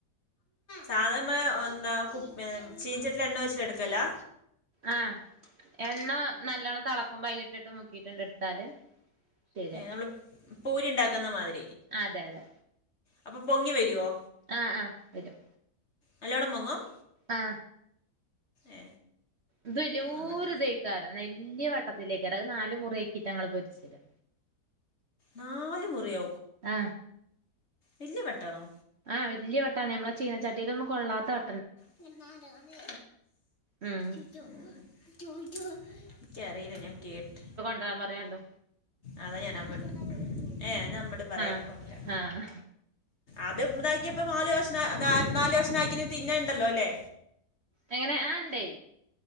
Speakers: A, on the left (about 45°); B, on the right (about 50°).
A: സാധാരണ എന്താ കു വെ ചീൻചട്ടീല് എണ്ണ ഒയ്ച്ചിട്ടെട്ക്കലാ
B: ആ എണ്ണ നല്ലവണം തളക്കുംമ്പയ്ല്ട്ട്ട്ട് മുക്കീട്ടാണ്ട് എട്ത്താല് ശെര്യാ
A: നമ്മൾ പൂരി ണ്ടാക്കടന്ന മാതി
B: അതെ അതെ
A: അപ്പൊ പൊങ്ങി വര്വോ
B: ആ ആ വരും
A: നല്ലോണം പൊങ്ങും
B: ആ
A: ഏ
B: ഇത് ല്യോര്തെക്കാരം
A: നമ്മുടെ
B: വല്യ വട്ടത്തിലേക്കാരം അത് നാല് മുറ്യാക്കിട്ട ങ്ങള് പൊര്ച്ചല്
A: നാല് മുറിയാേ
B: ആ
A: വല്യ വട്ടാണോ
B: ആ വല്യ വട്ടാണ് ഞമ്മളെ ചീനച്ചട്ടീലൊന്നും കൊള്ളാത്ത വ
A: പിന്നാരാണ്
B: ഉം
A: ൻക്കറീല ഞാൻ കേട്ട്
B: ദ പറയാണ്ടോ
A: അതാ ഞാനമ്മട് ഏ ഏ നമ്മട് പറയാ
B: ആഹ്
A: കൊണ്ട്രാ
B: ആഹ്
A: അത് ഇതാക്കിയപ്പ നാല് കഷ്ണ നാല് കഷ്ണാക്കിന തിന്നാണ്ടല്ലോല്ലേ
B: എങ്ങനെ ആ ണ്ടേ